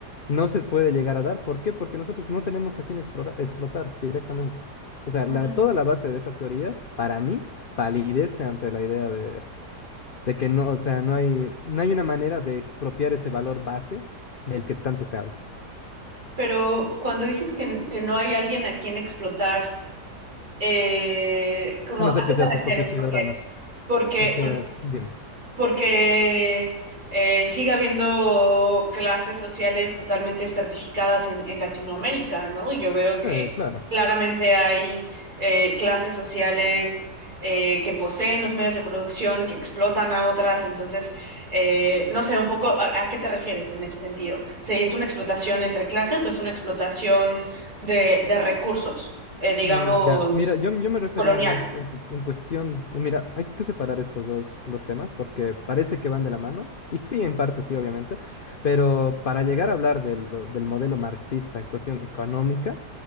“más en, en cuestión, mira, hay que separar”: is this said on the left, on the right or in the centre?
Left